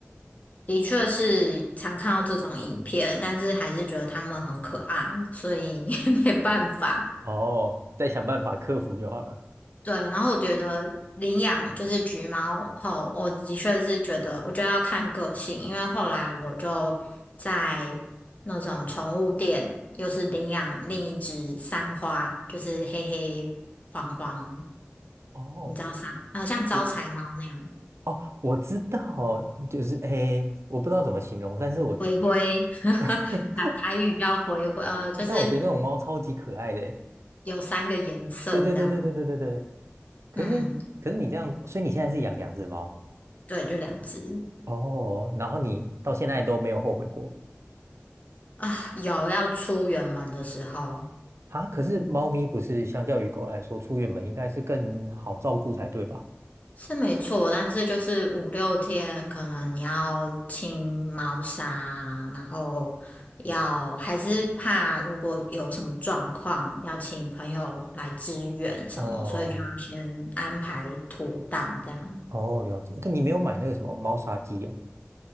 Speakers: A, on the left; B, on the right.
A: 的确是常看到这种影片，但是还是觉得它们很可爱，所以 <laughs> 没办法。
B: 哦，再想办法克服就好了。
A: 对，然后我觉得领养就是橘猫后，我的确是觉得，我觉得要看个性，因为后来我就在那种宠物店，又是领养另一只三花，就是黑黑黄黄，
B: 哦，
A: 你知道三，呃，像招财猫那样，
B: 我哦，我知道，就是诶，我不知道怎么形容，但是我
A: 灰灰，<laughs>
B: <laughs>
A: 台台语叫灰灰，呃，就是
B: 但我觉得那种猫超级可爱的诶。
A: 有三个颜色这样，
B: 对对对对对对对对。可是可是你这样，
A: 嗯，
B: 所以你现在是养两只猫？
A: 对，就两只
B: 哦，然后你到现在都没有后悔过
A: 啊，有要出远门的时候。
B: 啊？可是猫咪不是相较于狗来说，出远门应该是更好照顾才对吧？
A: 是没错，但是就是五六天，可能你要清猫砂，然后要还是怕如果有什么状况，要请朋友来支援什么，
B: 哦
A: 所以就要先安排妥当这样。
B: 哦，了解。但你没有买那个什么猫砂机哦，